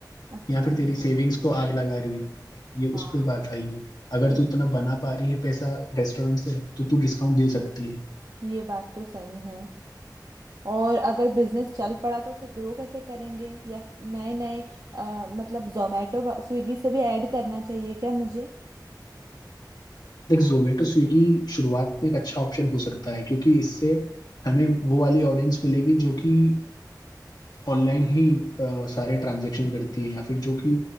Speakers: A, on the right; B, on the left.
A: अच्छा
B: या फिर
A: अच्छा
B: तेरी सेविंग्स को आग लगा रही है ये
A: हाँ
B: उस पर बात आएगी अगर
A: ये
B: तू इतना बना पा रही है पैसा रेस्टोरेंट से तो तू डिस्काउंट दे सकती है
A: ये बात तो सही है और अगर बिजनेस चल पड़ा तो उसे ग्रो कैसे करेंगे या नए नए अ, मतलब जोमेटो स्विगी से भी ऐड करना चाहिए क्या मुझे
B: देख जोमेटो स्विगी शुरुआत में एक अच्छा ऑप्शन हो सकता है क्योंकि इससे हमें वो वाली ऑडियंस मिलेगी जो कि ऑनलाइन ही अ, सारे ट्रांजेक्शन करती है या फिर जो कि